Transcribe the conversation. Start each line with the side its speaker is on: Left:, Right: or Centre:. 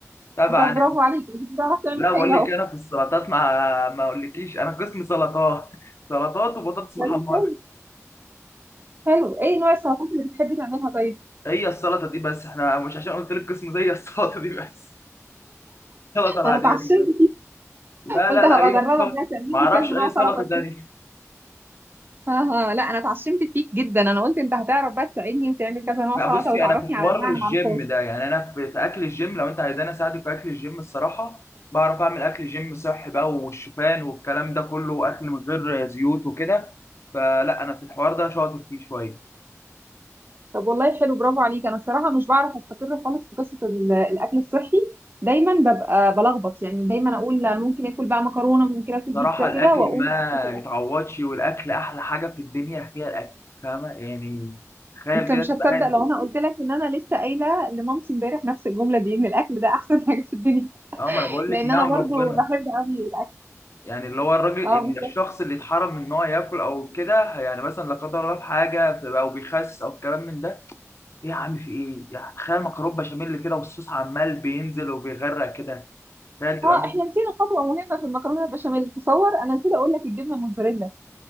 Left: طبعا
Right: انت برافو
Left: دي
Right: عليك انت بتعرف تعمل
Left: لا بقول
Right: حاجة
Left: لك انا في السلطات ما ما اقولكيش انا قسم سلطات <laughs> سلطات وبطاطس محمره
Right: اهو حلو ايه نوع السلطات اللي بتحبي تعملها طيب
Left: فهي السلطه دي بس احنا مش عشان قلت لك قسم زي السلطه دي بس السلطه العاديه
Right: انا اتعشمت
Left: دي بس لا
Right: قلت
Left: لا
Right: هبقى
Left: لا هي
Right: اجربك
Left: السلطه
Right: بقى تعملي
Left: ما اعرفش
Right: كذا
Left: اي
Right: نوع
Left: سلطه
Right: سلطه وكده.
Left: تانية
Right: ها ها لا انا اتعشمت فيك جدا انا قلت انت هتعرف بقى تساعدني وتعمل كذا نوع
Left: لا
Right: سلطه
Left: بصي
Right: وتعرفني
Left: انا في حوار
Right: على انواع
Left: الجيم
Right: انا ما اعرفهاش
Left: ده يعني انا في, في اكل الجيم لو انت عايزاني اساعدك في اكل الجيم الصراحه بعرف اعمل اكل جيم صحي بقى والشوفان والكلام ده كله واكل من غير زيوت وكده فلا انا في الحوار ده شاطر فيه شويه
Right: طب والله حلو برافو عليك انا الصراحه مش بعرف استقر خالص في قصه ال- الاكل الصحي دايما ببقى بلخبط يعني دايما اقول لا، ممكن اكل بقى مكرونه ممكن اكل
Left: صراحه
Right: بيتزا
Left: الاكل
Right: كده واقوم
Left: ما
Right: أكل في الأكل.
Left: يتعوضش والاكل احلى حاجه في الدنيا هي الاكل فاهمه يعني تخيل
Right: انت
Left: كده
Right: مش
Left: تبقى
Right: هتصدق
Left: قاعد
Right: لو انا قلت لك ان انا لسه قايله لمامتي امبارح نفس الجمله دي ان الاكل ده احسن <laughs> حاجه في الدنيا
Left: اه ما انا بقول
Right: لان
Left: لك نعم
Right: انا برضو
Left: ربنا
Right: بحب قوي
Left: يعني اللي هو الراجل
Right: اه
Left: ال-
Right: بالظبط
Left: الشخص اللي اتحرم من ان هو ياكل او كده يعني مثلا لا قدر الله في حاجه او بيخس او الكلام من ده ايه يا عم في ايه يعني تخيل مكرونه بشاميل كده والصوص عمال بينزل وبيغرق كده تخيل تبقى
Right: اه
Left: ماسك
Right: احنا نسينا خطوه مهمه في المكرونه البشاميل تصور انا نسيت اقول لك الجبنه الموتزاريلا